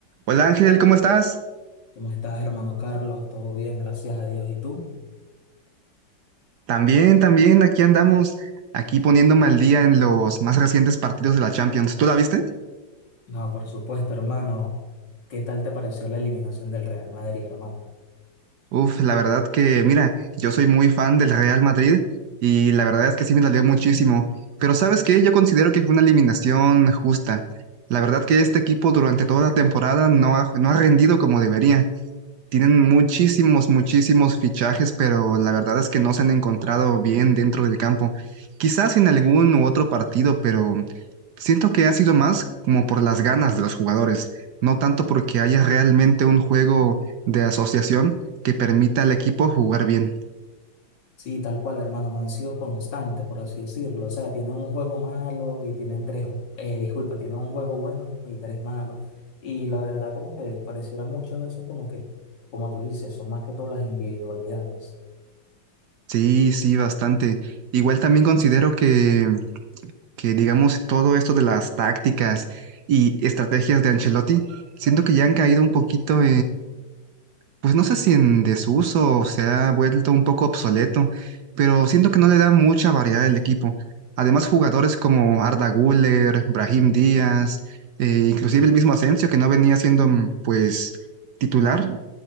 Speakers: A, on the right; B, on the left.
A: Hola Ángel, ¿cómo estás?
B: ¿Cómo estás, hermano Carlos? Todo bien, gracias a Dios. ¿Y tú?
A: También, también, aquí andamos, aquí poniéndome al día en los más recientes partidos de la Champions. ¿Tú la viste?
B: No, por supuesto, hermano. ¿Qué tal te pareció la eliminación del Real Madrid, hermano?
A: Uf, la verdad que, mira, yo soy muy fan del Real Madrid y la verdad es que sí me dolió muchísimo. Pero ¿sabes qué? Yo considero que fue una eliminación justa. La verdad que este equipo durante toda la temporada no ha, no ha rendido como debería. Tienen muchísimos, muchísimos fichajes, pero la verdad es que no se han encontrado bien dentro del campo. Quizás en algún u otro partido, pero... Siento que ha sido más como por las ganas de los jugadores, no tanto porque haya realmente un juego de asociación que permita al equipo jugar bien.
B: Sí, tal cual, hermano. No han sido constantes, por así decirlo. O sea, tienen un juego malo y tienen tres, eh, disculpa, tienen un juego bueno y tres malos. Y la verdad, como que pareciera muchas veces como que, como tú dices, son más que todas las individualidades.
A: Sí, sí, bastante. Igual también considero que, que, digamos, todo esto de las tácticas y estrategias de Ancelotti, siento que ya han caído un poquito pues no sé si en desuso se ha vuelto un poco obsoleto, pero siento que no le da mucha variedad al equipo. Además, jugadores como Arda Güler, Brahim Díaz, eh, inclusive el mismo Asensio, que no venía siendo mm, pues titular,